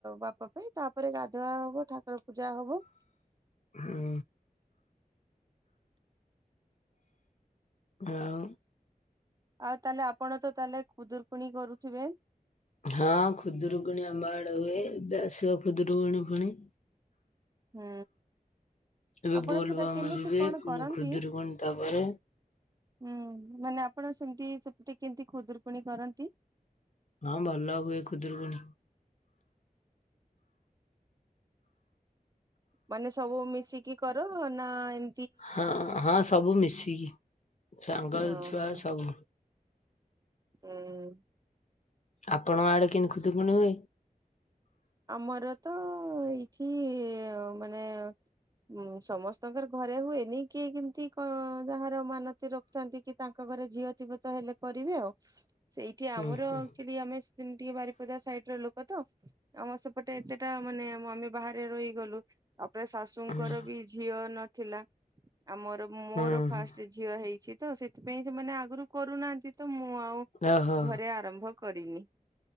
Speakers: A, on the right; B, on the left.
A: ବାପା ପାଇଁ ତାପରେ ଗାଧୁଆ ହବ ଠାକୁର ପୂଜା ହବ
B: ହୁଁ ଆଉ
A: ଆଉ ତାହେଲେ ଆପଣ ତ ତାହେଲେ ଖୁଦୁରୁକୁଣୀ କରୁଥିବେ
B: ହଁ ଖୁଦୁରୁକୁଣି ଆମ୍ବ ଆଡେ ହୁଏ ଏବେ ଆସିବ ଖୁଦୁରୁକୁଣି ପୁଣି
A: ହୁଁ
B: ଏବେ
A: ଆପଣ
B: ବୋଲବମ୍
A: ସେଟା କେମିତି
B: ଯିବେ
A: କଣ
B: ପୁଣି
A: କରନ୍ତି?
B: ଖୁଦୁରୁକୁଣୀ ତାପରେ
A: ହୁଁ ମାନେ ଆପଣ ସେମିତି ସେପଟେ କେମିତି ଖୁଦୁରୁକୁଣୀ କରନ୍ତି
B: ହଁ ଭଲ ହୁଏ ଖୁଦୁରୁକୁୁଣୀ
A: ମାନେ ସବୁ ମିଶିକି କର ନା ଏ
B: ହଁ ହଁ ସବୁ ମିଶିକି ସାଙ୍ଗ
A: ଓହୋ
B: ଛୁଆ ସବୁ
A: ହୁଁ
B: ଆପଣଙ୍କ ଆଡେ କେମିତି ଖୁଦରୁକୁଣୀ ହୁଏ
A: ଆମର ତ ଏଇଠି ମାନେ ଉଁ ସମସ୍ତଙ୍କର ଘରେ ହୁଏନି କିଏ କେମିତି ଯାହାର କ ମାନତି ର ଥାନ୍ତି କି ତାଙ୍କ ଘରେ ଝିଅ ଥିବେତ ହେଲେ କରିବେ ଆଉ ସେଇଠି
B: ହୁଁ
A: ଆମର
B: ହୁଁ
A: ଆକ୍ଚୁଲି ଆମେ ଟିକେ ବାରିପଦା ସାଇଡ଼ର ଲୋକ ତ ଆମ ସେପଟେ ଏତେଟା ମାନେ ଆ ଆମେ ବାହାରେ ରହିଗଲୁ ତାପରେ ଶାଶୁଙ୍କର
B: ହୁଁ ହୁଁ
A: ବି ଝିଅ ନଥିଲା ଆମର ମୋର
B: ହୁଁ
A: ଫାଷ୍ଟ ଝିଅ ହେଇଛି ତ ସେଥିପାଇଁ ସେମାନେ ଆ ଆଗରୁ କରୁନାହାନ୍ତି ତ ମୁଁ ଆଉ
B: ଓହୋ।
A: ଘରେ ଆରମ୍ଭ କରିନି